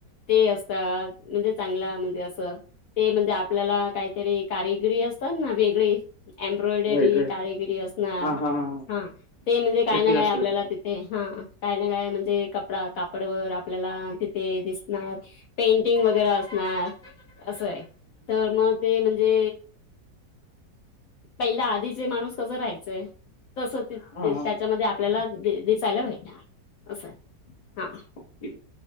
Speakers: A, on the left; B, on the left.
A: ते असतात, म्हणजे चांगला म्हणजे असं ते म्हणजे आपल्याला काहीतरी कारिगिरी असताना वेगळी एम्ब्रॉयडरी
B: राईट राईट
A: कार्यगिरी असणार,
B: हा हा हा हा
A: हां ते म्हणजे काय
B: त्याची
A: ना
B: जास्त
A: काय आपल्याला
B: भेट
A: ते ते, हा काय ना म्हणजे कपडा कापडवर आपल्याला तिथे दिसणार. पेंटिंग वगैरा असंणार, असं आहे, तर मग ते म्हणजे पहिला आधीचे माणूस कसं राहायचे, तसं त्याच्यामध्ये
B: हा हा
A: आप आपल्याला दिसायला भेटणार असं आहे, हां.
B: ओके